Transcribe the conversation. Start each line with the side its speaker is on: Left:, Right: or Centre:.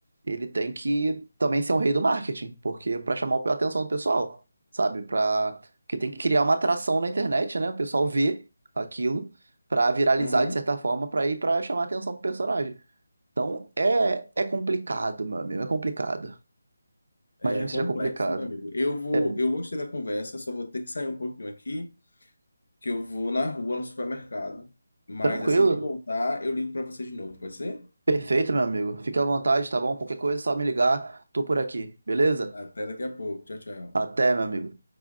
Right: ele tem que também ser um rei do marketing, porque para chamar a atenção do pessoal, sabe? Para porque tem que criar uma atração na internet, né? O pessoal vê aquilo para viralizar
Left: Uhum.
Right: de certa forma, para ir para chamar a atenção pro personagem. Então é, é complicado, meu amigo, é complicado.
Left: É
Right: Imagino que
Left: complexo,
Right: seja complicado.
Left: meu amigo. Eu vou,
Right: É
Left: eu gostei da conversa, só vou ter que sair um pouquinho aqui, que eu vou na rua, no supermercado. Mas
Right: tranquilo,
Left: assim que eu voltar, eu ligo para você de novo, pode ser?
Right: perfeito, meu amigo. Fique à vontade, tá bom? Qualquer coisa é só me ligar, tô por aqui, beleza?
Left: Até daqui a pouco. Tchau, tchau.
Right: Até, meu amigo.